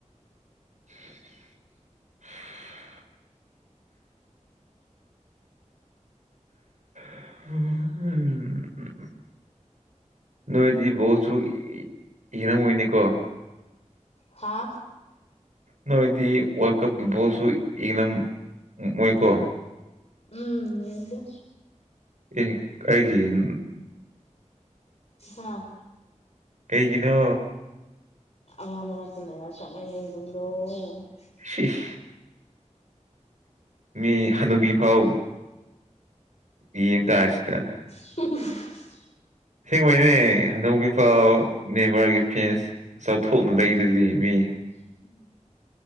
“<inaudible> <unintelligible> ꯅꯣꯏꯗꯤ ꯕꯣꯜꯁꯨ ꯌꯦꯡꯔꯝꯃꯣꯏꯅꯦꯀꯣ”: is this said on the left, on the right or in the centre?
Right